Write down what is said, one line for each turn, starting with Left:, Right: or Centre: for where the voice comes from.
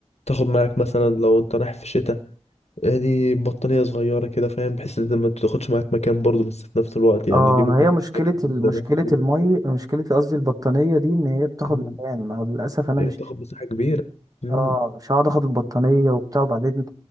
Left: تاخد معاك مثلا لو انت رايح في شتاء يعني بطانية صغيرة كده فاهم بحيث ان انت ما تاخدش معاك مكان برضه بس في نفس الوقت يعني
Right: اه
Left: دي ممكن
Right: ما هي مشكلة
Left: تحتاجها في
Right: ال-
Left: الزمان
Right: مشكلة
Left: فيها
Right: المي مشكلة قصدي البطانية دي ان هي بتاخد
Left: مم.
Right: مكان ما هو للأسف انا
Left: لأن
Right: مش
Left: بتاخد مساحة كبيرة مم.
Right: اه مش هقعد اخد البطانية وبتاع وبعدين